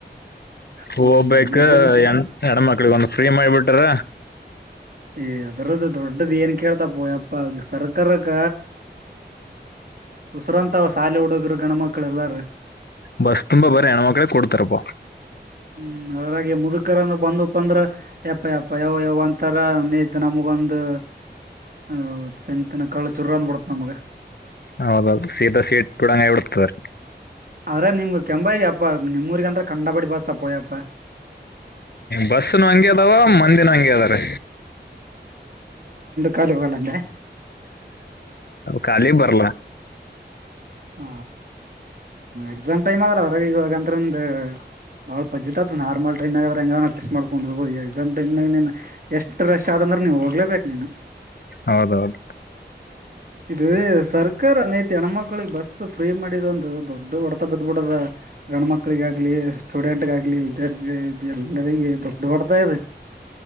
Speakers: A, on the left; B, on the right.
A: ಹೋಗ್ಬೇಕ
B: ಹ್ಮ್ ಎಕ್ಸಾಮ್
A: ಹೆಣ ಹೆಣ್ಮಕ್ಳಿಗ ಒಂದು ಫ್ರೀ ಮಾಡಿಬಿಟ್ರ
B: ಏ್ ಅದ್ರದ್ದು ದೊಡ್ಡದ ಏನ್ ಕೇಳ್ತಾಪ್ಪಯ್ಯಪ್ಪ ಸರ್ಕಾರಕ್ಕ ಉಸಿರಾಂತ ಶಾಲೆ ಹುಡುಗರು ಗಂಡ ಮಕ್ಕಳ ಎಲ್ಲಾರ
A: ಬಸ್ ತುಂಬಾ ಬರ ಹೆಣ ಮಕ್ಳೇ ಕೊಡ್ತಾರಪ್ಪ
B: ಹ್ಮ್ ಅದ್ರಾಗಿ ಮುದುಕರಂದ ಬಂದಪ್ಪ ಅಂದ್ರ ಯಪ್ಪ ಯಪ್ಪ ಯವಯ ಒಂತರ ನ್ತು ನಮಗೊಂದು ಹ ಸಂತನ ಕಳು ಚುರ ಅಂದ ಬಿಿಡತ್ ನಮ್ಗ
A: ಹೌದ ಸೀತಾ ಸೀಟ್ ಬಿಡಂಗ ಬಿಡ್ತವ್ರ
B: ಅರ ನಿಮ್ಗ್ ಕೆಂಬೈಗ್ಯಪ್ಪಾ ನಿಮ್ಮ ಊರು ಅಂತತ್ರ ಕಂಡ ಪಡಿ ಬಸ್ಸಪ್ಪಯ್ಯಪ್ಪಾ
A: ಬಸ್ನ ಹಂಗಗೆ ಅದಾವ ಮಂದಿನ ಹಂಗಗೆ ಅದಾರೆ
B: ಕಲ ಕಲ್ಲಂದೆ
A: ಖಾಲಿ ಬರ್ಲ
B: ಹ ಎಕ್ಸಾಮ್ ಟೈಮ್ ಅದಲ್ಲ ಅದ್ರ ಇವಾಗಂತ್ರ ಒಂದ ಭಾಳ ಪಜಿತದ ನಾರ್ಮಲ್ ಟೈಮ್ಗದ್ರಂಗ ಸ್ ಮಾಡುಕೊಂಡು ಇರ್ಬೋದು ಈ ಎಕ್ಸಾಮಂ ಟೈಮಾಗ ನೀ ಎಷ್ಟು ರಶ್ ಆದ ಅಂದರೆ ನೀವು ಹೋಗುಲೆಬೇಕು ನೀನು.
A: ಹೌದೌದು
B: <inaudible> ಇದು ಸರ್ಕಾರ ಅನತ. ತೆಣುಮಕ. ಮಕ್ಕಳಿಗೆ ಬಸ್ ಫ್ರೀ ಮಾಡಿದ ಒಂದು ದೊಡ್ಡ ಹೊಡೆತ ಬಿದ್ದು ಬಿಟ್ಟಿದೆ ಗಣ ಮಕ್ಕಳಿಗಾಗಿ ಸ್ಟೂಡೆಂಟ್ಗ ಆಗಲಿ ವಿದ್ಯಾರ್ಥಿಗಳಾಗಲಿ. ಎಲ್ಲರಿಗ ದೊಡ್ಡು ಹೊಡೆತಾ ಇದೆ